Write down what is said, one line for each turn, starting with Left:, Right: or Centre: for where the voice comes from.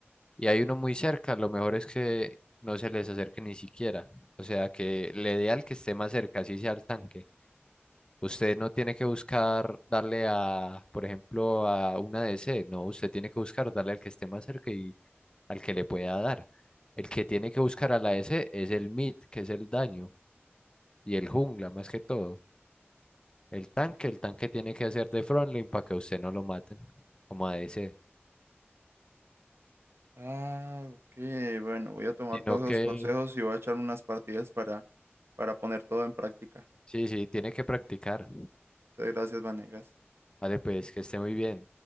Left: y hay uno muy cerca, lo mejor es que no se les acerque ni siquiera. O sea, que le dé al que esté más cerca, así sea al tanque. Usted no tiene que buscar darle a, por ejemplo, a una D C. no, usted tiene que buscar darle al que esté más cerca y al que le pueda dar. El que tiene que buscar a la DC es el mid, que es el daño, y el jungla más que todo. El tanque, el tanque tiene que hacer de frontline para que usted no lo maten como a D C.
Right: Ah, ok, bueno, voy a tomar
Left: sino
Right: todos
Left: que
Right: esos consejos y voy a echar unas partidas para, para poner todo en práctica.
Left: sí, sí, tiene que practicar.
Right: Muchas gracias, Vanegas.
Left: Vale, pues que esté muy bien.